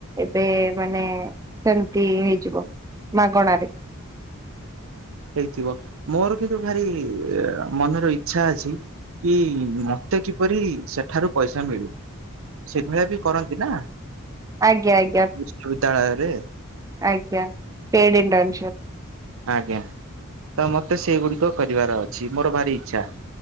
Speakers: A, on the right; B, on the right.
A: ଏବେ ମାନେ ସେମିତି ହେଇଯିବ ମାଗଣାରେ।
B: ହେଇଥିବ ମୋର କିନ୍ତୁ ଭାରି ଅ ମନର ଇଛା ଅଛି କି ମତେ କିପରି ସେଠାରୁ ପଇସା ମିଳୁ। ସେଭଳିଆ ବି କରନ୍ତି ନା?
A: ଆଜ୍ଞା ଆଜ୍ଞା
B: ବିଶ୍ୱବିଦ୍ୟାଳୟରେ
A: ଆଜ୍ଞା ପେଡ୍ ଇଣ୍ଟରନ୍ଣସିପ୍।
B: ଆଜ୍ଞା ତ ମତେ ସେଇଗୁଡ଼ିକ କରିବାର ଅଛି ମୋର ଭାରି ଇଚ୍ଛା।